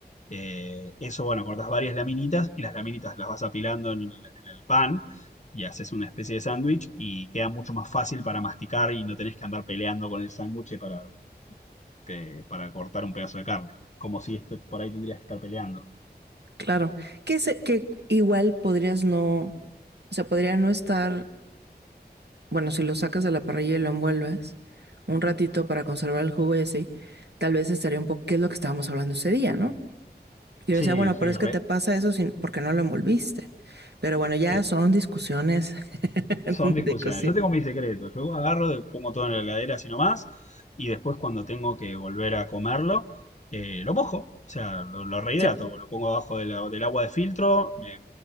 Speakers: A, on the left; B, on the right.
A: eh, eso bueno, cortás varias laminitas y las laminitas las vas apilando en, el en el pan y haces una especie de sándwich y queda mucho más fácil para masticar y no tenés que andar peleando con el sándwich para que para cortar un pedazo de carne. Como si esto- por ahí tendrías que estar peleando.
B: claro. Que, se- que igual podrías no... O sea, podría no estar... Bueno, si lo sacas de la parrilla y lo envuelves un ratito para conservar el jugo y así, tal vez estaría un poco... ¿Qué es lo que estábamos hablando ese día, no? Y yo
A: Sí,
B: le decía, bueno,
A: sí,
B: pero es
A: re,
B: que te pasa eso sin, porque no lo envolviste. Pero bueno, ya
A: sí.
B: son discusiones <laughs>
A: Son
B: de
A: discusiones.
B: cocina.
A: Yo tengo mis secretos. Yo agarro, pongo todo en la heladera así nomás. Y después cuando tengo que volver a comerlo, eh, lo mojo. O sea, lo, lo rehidrato.
B: Sí.
A: Lo pongo abajo de la- del agua de filtro. Me